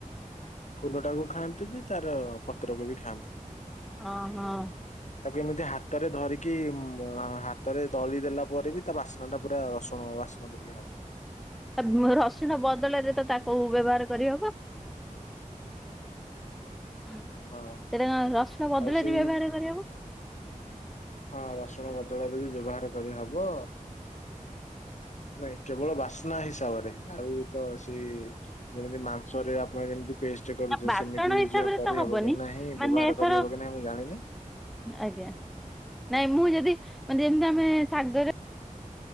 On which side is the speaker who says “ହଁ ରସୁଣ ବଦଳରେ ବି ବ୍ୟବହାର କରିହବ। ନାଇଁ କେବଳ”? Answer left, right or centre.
Left